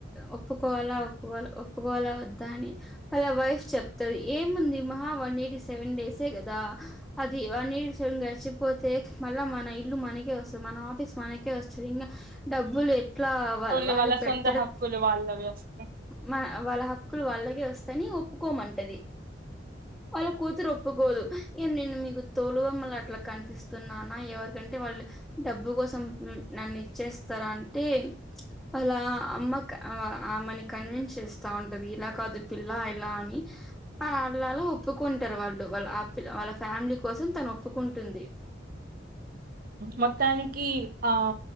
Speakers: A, in the centre; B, on the right.
A: ఒప్పుకోవాలా ఒప్పుకోల ఒప్పుకోలా వద్దా అని వాళ్ళ వైఫ్ చెప్తది ఏముంది మ వన్ ఎయిటీ సెవన్ డేసే కదా అది వన్ ఎయిటీ సెవన్ కడిచిపోతే మళ్ళా మనైల్ ఇల్లు మనకే వస్తది మన ఆఫీస్ మనకే వస్తుంది ఇంగ డబ్బులు ఇట్లా వాళ్ళ
B: ఓన్లీ
A: వాళ్ళు పెట్టతడు
B: సొంత హక్కులు వాళ్ళవి వస్తాయి
A: మన వాళ్ళ హక్కులు వాళ్ళగెవొస్ చని ఒప్పుకోమంటది వాళ్ళ కూతురొప్పుకోదు ఇ నేను మీకు తోలుబొమ్మలట్లా కనిపిస్తున్నానా ఎవరు ఎందుకంటే వాళ్ళు డబ్బు కోసం నన్ను ఇచ్చేస్తారా అంటే అలా అమ్మక ఆమెకన్విన్స్ చేస్తా ఉంట ది ఇలా కాదు పిల్లా ఎలా అని అళ్ళలా ఒప్పుకుంటారు వాళ్ళు వాళ్ళ ఆ పిల్ వాళ్ళ ఫ్యామిలీ కోసం తను ఒప్పుకుంటుంది
B: మొత్తానికి ఆ